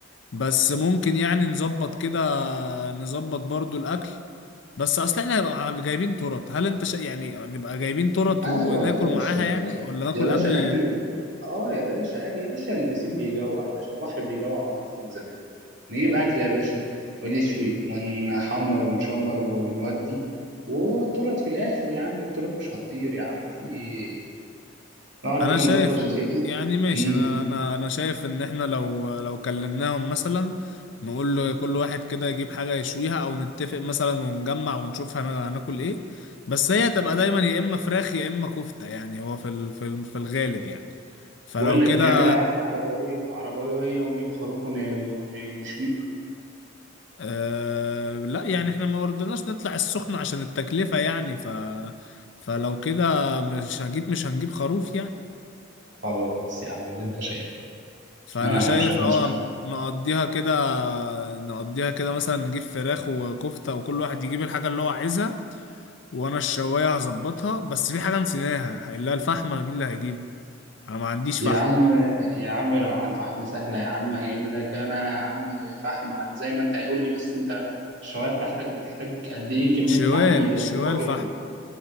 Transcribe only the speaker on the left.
بس ممكن يعني نظبط كده نظبط برضو الاكل بس اصل احنا هنبقى جايبين ترط هل انت شا... يعني نبقى جايبين ترط
وناكل
معاها يعني ولا ناكل
قبل ال...
انا
شايف
يعني ماشي
انا انا انا شايف ان احنا لو لو كلمناهم مثلا نقول له كل واحد كده يجيب حاجة يشويها او نتفق مثلا ونجمع ونشوف هن... هناكل ايه بس هي هتبقى دايما يا اما فراخ يا اما كفتة يعني هو في ال... في ال... في الغالب يعني فلو
كده
أه لا يعني احنا ما رضيناش نطلع السخنة عشان التكلفة يعني ف فلو كده مش هجيب مش هنجيب خروف يعني
فأنا
شايف
اه
نقضيها كده نقضيها كده مثلا نجيب فراخ وكفتة وكل واحد يجيب الحاجة اللي هو عايزها وأنا الشواية هظبطها بس في حاجة نسيناها هنلاقي الفحم مين اللي هيجيبه أنا ما عنديش
فحم
شوال
شوال
فحم